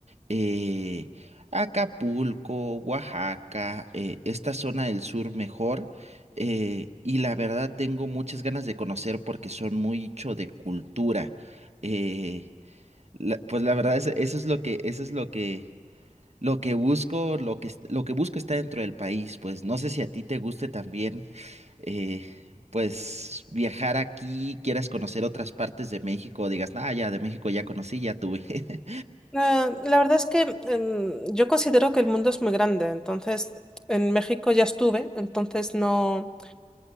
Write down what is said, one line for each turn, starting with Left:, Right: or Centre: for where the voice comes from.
Right: eh, Acapulco, Oaxaca, eh, esta zona del sur mejor. eh, y la verdad tengo muchas ganas de conocer porque son mucho de cultura. eh, la- pues la verdad es- eso es lo que, eso es lo que, lo que busco, lo que, es- lo que busco está dentro del país. Pues no sé si a ti te guste también, eh, pues viajar aquí, quieras conocer otras partes de México, digas, ah, ya de México ya conocí, ya tuve. <laughs>
Centre: Ah, la verdad es que em, yo considero que el mundo es muy grande, entonces en México ya estuve, entonces no...